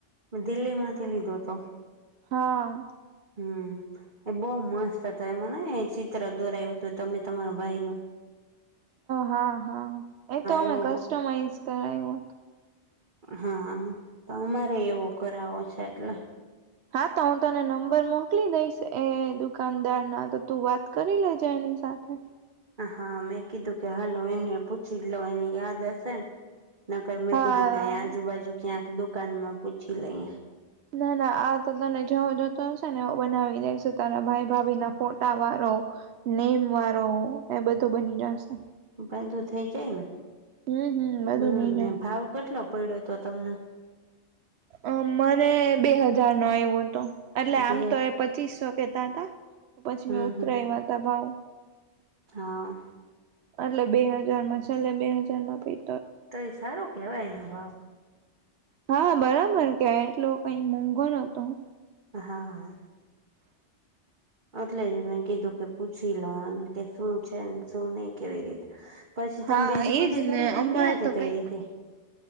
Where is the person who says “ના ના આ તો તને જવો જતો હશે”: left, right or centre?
Right